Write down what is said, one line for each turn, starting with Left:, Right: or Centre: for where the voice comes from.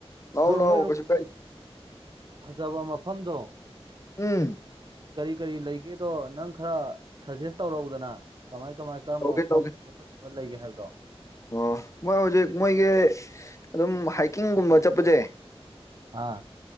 Left: ꯂꯑꯣ ꯂꯑꯣ
Right: ꯅꯣꯏꯔꯣꯝ
Left: ꯀꯁꯨ ꯀꯥꯏ
Right: ꯐꯖꯕ ꯃꯐꯝꯗꯣ
Left: ꯎꯝ
Right: ꯀꯔꯤ ꯀꯔꯤ ꯂꯩꯒꯦ ꯑꯗꯣ ꯅꯪ ꯈꯔ ꯁꯖꯦꯁ ꯇꯧꯔꯎꯗꯅ ꯀꯃꯥꯏ ꯀꯃꯥꯏ ꯀꯔꯝꯕ
Left: ꯇꯧꯒꯦ
Right: ꯃꯐꯝ
Left: ꯇꯧꯒꯦ
Right: ꯐꯖ ꯐ ꯍ ꯂꯩꯒꯦ ꯍꯥꯏꯕꯗꯣ
Left: ꯑꯣ ꯃꯣꯏ ꯍꯧꯖꯤꯛ ꯃꯣꯏꯒꯤ ꯑꯗꯨꯝ ꯍꯥꯏꯀꯤꯡꯒꯨꯝꯕ ꯆꯠꯄꯁꯦ
Right: ꯑꯥ